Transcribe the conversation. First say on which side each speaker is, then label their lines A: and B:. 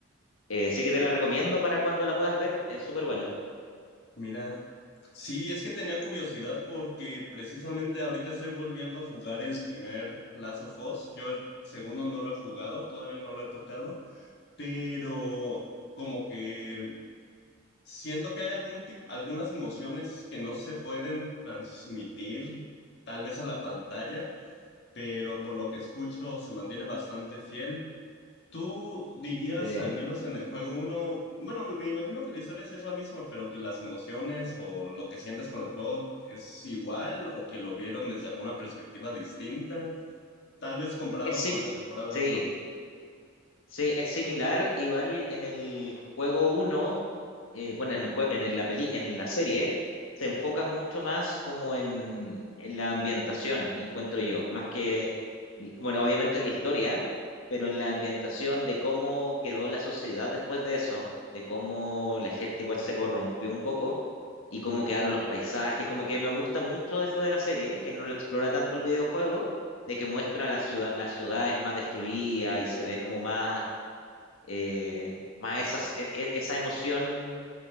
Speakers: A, on the left; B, on the left.
A: Eh, sí que te la recomiendo para cuando la puedas ver, es súper buena.
B: Mira, sí, es que tenía curiosidad porque precisamente ahorita estoy volviendo a jugar el primer Last of Us. Yo el segundo no lo he jugado, todavía no lo he tocado, pero como que siento que hay algún tip- algunas emociones que no se pueden transmitir tal vez a la pantalla, pero por lo que escucho se mantiene bastante fiel. ¿Tú dirías,
A: Sí,
B: al menos en el juego uno bueno, me me imagino que la historia sí es la misma, pero que las emociones o lo que sientes con el juego es igual o que lo vieron desde alguna perspectiva distinta, tal vez comparado
A: es sí,
B: con la temporada
A: sí,
B: uno
A: Sí, es similar, igual en el juego uno, eh, bueno, en el jue- en el- la peli, en la serie, se enfocan mucho más como en, en la ambientación, encuentro yo, más que, l- bueno, obviamente en la historia, pero en la ambientación de cómo quedó la sociedad después de eso, de cómo la gente igual se corrompió un poco y cómo
B: Mm,
A: quedaron los paisajes, como que me gusta mucho eso de la serie, que no lo explora tanto el videojuego, de que muestra la ciudad, las ciudades más destruidas y se ve como más eh, más esas, e- e- esa emoción